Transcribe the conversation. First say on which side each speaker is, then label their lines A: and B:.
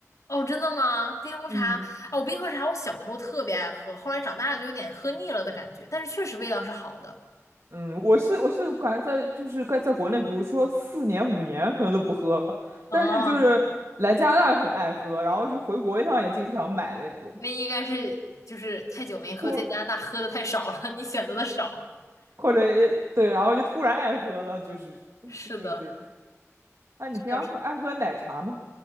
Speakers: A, on the left (about 80°); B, on the right (about 65°).
A: 哦，真的吗？冰红茶，
B: 嗯，
A: 哦，我冰红茶我小时候特别爱喝，后来长大了就有点喝腻了的感觉，但是确实味道是好的。
B: <laughs> 嗯，我是我是感觉在就是在在国内，比如说四年五年可能都不喝，
A: 哦，
B: 但是就是来加拿大很爱喝，然后就回国一趟也经常买那种，
A: 那应该是就是太久没喝，
B: 突
A: 在加拿大喝的太少了，你选择的少。
B: 或者对，然后就突然爱喝了，就是
A: 是的，
B: 就是这种。那你平常喝爱喝奶茶吗？
A: 确实。